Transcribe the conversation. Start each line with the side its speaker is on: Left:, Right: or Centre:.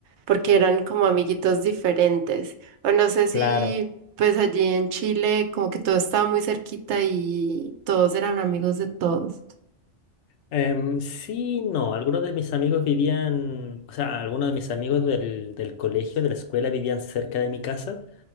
Right: porque eran como amiguitos diferentes. O no sé si
Left: claro.
Right: pues allí en Chile como que todo estaba muy cerquita y todos eran amigos de todos.
Left: Em, sí, no, algunos de mis amigos vivían, o sea, algunos de mis amigos del, del colegio, de la escuela, vivían cerca de mi casa.